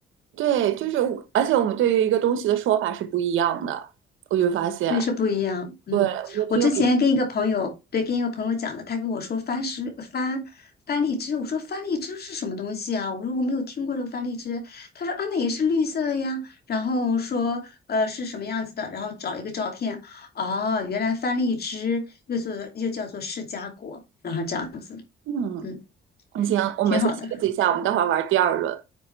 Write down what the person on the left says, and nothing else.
对，是不一样。嗯，
我之前跟一个朋友，对，跟一个朋友讲的，他跟我说番石番番荔枝，我说番荔枝是什么东西啊？我说我没有听过这个番荔枝。他说啊，那也是绿色的呀。然后说呃是什么样子的？然后找了一个照片，哦，原来番荔枝又做又叫做释迦果，然后这样子，
嗯，
挺好的。